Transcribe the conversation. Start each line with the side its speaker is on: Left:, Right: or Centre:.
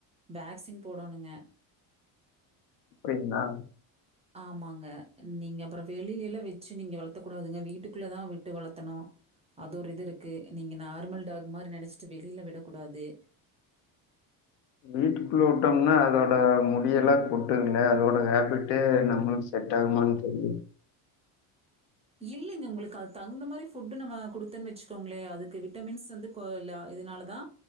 Right: வாக்சீன் போடணுங்க
Left: அப்டிங்ளா
Right: ஆமாங்க நீங்க அப்புற வெளிலேலா வெச்சு நீங்க வளத்தக் கூடாதுங்க வீட்டுக்குள்ளதா விட்டு வளத்தணு அது ஒரு இது இருக்கு நீங்க நார்மல் டாக் மாரி நெனைச்சிட்டு வெளில விடக்கூடாது
Left: வீட்டுக்குள்ள உட்டோம்னா அதோட முடியெல்லா கொட்டுதுங்கே அதோட ஹாபிட்டே நம்ளுக்கு செட்டாகுமானு தெரி
Right: இல்லிங்க உங்குளுக்கு அது தகுந்த மாரி ஃபுட்டு நம்ம குடுத்தன் வெச்சுக்கோங்ளே அதுக்கு விட்டமின்ஸ் வந்து கோ இல்லா இதுனாலதா